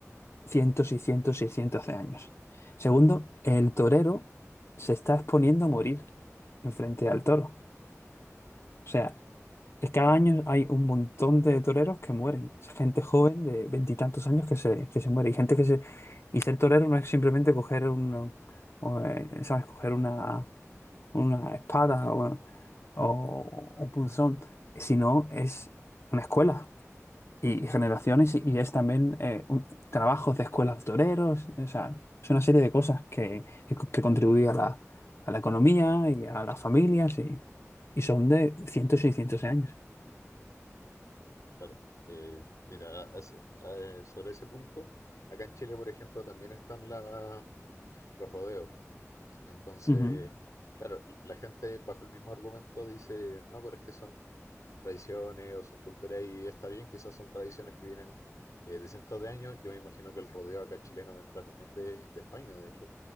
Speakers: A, on the left; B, on the left.
A: cientos y cientos y cientos de años. Segundo, el torero se está exponiendo a morir enfrente al toro. O sea, es cada año hay un montón de toreros que mueren. Es gente joven de veintitantos años que se, que se muere. Y gente que se. Y ser torero no es simplemente coger un, o, eh, ¿sabes? Coger una, una espada o, o un punzón, sino es una escuela y generaciones y, y es también eh, un- trabajos de escuelas de toreros, o sea, es una serie de cosas que, que, co- que contribuye a la, a la economía y a las familias y, y son de cientos y cientos de años.
B: claro. Eh, mira, a- a ese- a- eh, sobre ese punto, acá en Chile, por ejemplo, también están la- los rodeos. Entonces,
A: Ujú.
B: claro, la gente bajo el mismo argumento dice, no, pero es que son tradiciones o son culturas y está bien, quizás son tradiciones que vienen eh, de cientos de años. Yo me imagino que el rodeo acá chileno vendrá también de, de España, de hecho,